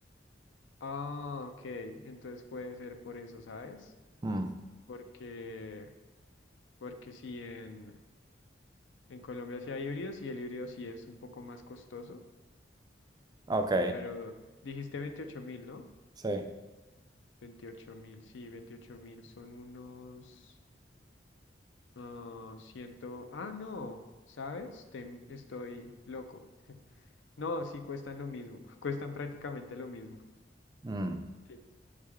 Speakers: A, on the left; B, on the right.
A: Ah, ok. Entonces puede ser por eso, ¿sabes?
B: Mm,
A: Porque, porque sí, en, en Colombia sí hay híbridos y el híbrido sí es un poco más costoso.
B: ok,
A: Pero dijiste veintiocho mil, ¿no?
B: sí.
A: Veintiocho mil, sí, veintiocho mil son unos ah, ciento... Ah, no, ¿sabes? Te- estoy loco. No, sí cuestan lo mismo, <laughs> cuestan prácticamente lo mismo.
B: Mm,
A: Sí,